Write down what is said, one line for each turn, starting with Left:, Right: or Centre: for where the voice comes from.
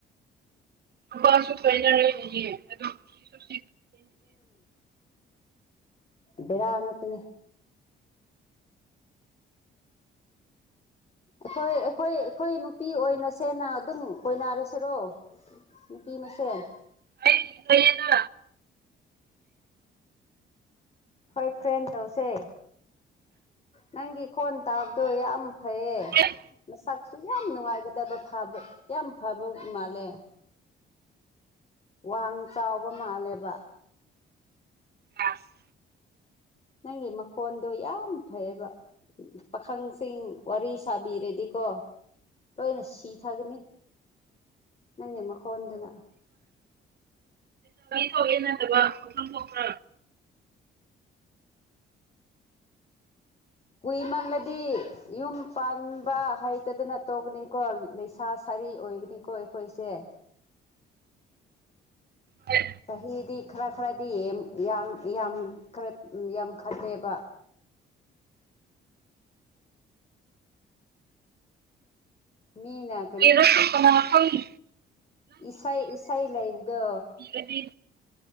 Right: ꯅꯨꯄꯥꯁꯨ ꯀꯣꯏꯅ ꯂꯩꯣꯏꯌꯦꯦ ꯑꯗꯨꯝꯁꯨ
Left: ꯕꯤꯔꯥꯉꯇꯅꯦ ꯑꯩꯈꯣꯏ ꯑꯩꯈꯣꯏ ꯑꯩꯈꯣꯏ ꯅꯨꯄꯤ ꯑꯣꯏꯅꯁꯦꯅ ꯑꯗꯨꯝ ꯀꯣꯏꯅꯔꯁꯤꯔꯣ ꯅꯨꯄꯤ ꯃꯁꯦꯟ
Right: ꯑꯩ ꯂꯩꯌꯦꯅ
Left: ꯍꯣꯏ ꯐ꯭ꯔꯦꯟ ꯇꯧꯁꯦ ꯅꯪꯒꯤ ꯈꯣꯟ ꯇꯥꯕꯗꯣ ꯌꯥꯝ ꯐꯩꯌꯦꯦ
Right: ꯍꯦꯛ
Left: ꯃꯁ ꯁꯨ ꯌꯥꯝ ꯅꯨꯡꯉꯥꯏꯒꯗꯕ ꯐꯕ ꯌꯥꯝ ꯐꯕ ꯃꯥꯜꯂꯦ ꯋꯥꯡ ꯆꯥꯎꯕ ꯃꯥꯜꯂꯦꯕ
Right: ꯑꯁ
Left: ꯅꯪꯒꯤ ꯃꯈꯣꯟꯗꯣ ꯌꯥꯝ ꯐꯩꯕ ꯎ ꯄꯥꯈꯪꯁꯤꯡ ꯋꯥꯔꯤ ꯁꯥꯕꯤꯔꯗꯤꯀꯣ ꯂꯣꯏꯅ ꯁꯤ ꯊꯥꯒꯅꯤ ꯅꯪꯉꯃꯣ ꯈꯣꯟꯗꯅ
Right: ꯅꯠꯇꯕꯈ ꯀ꯭ꯔ
Left: ꯀꯨꯏꯃꯜꯂꯗꯤ ꯌꯨꯝ ꯄꯥꯟꯕ ꯍꯩꯇꯗꯅ ꯇꯣꯛꯀꯅꯤꯀꯣ ꯂꯩꯁꯥ ꯁꯥꯏ ꯀꯔꯤ ꯑꯣꯏꯒꯅꯤꯀꯣ ꯑꯩꯈꯣꯏꯁꯦ
Right: ꯍꯣꯏ
Left: ꯆꯍꯤꯗꯤ ꯈꯔ ꯈꯔꯗꯤ ꯌꯥꯝ ꯈꯔ ꯌꯥꯝꯈꯜꯂꯦꯕ ꯃꯤꯅ
Right: ꯄꯔꯣꯁꯨ ꯀꯅꯥꯈꯣꯅꯤ
Left: ꯏꯁ ꯏꯁꯥꯏ ꯂꯩꯕꯗꯣ
Right: ꯄꯤꯔꯗꯤ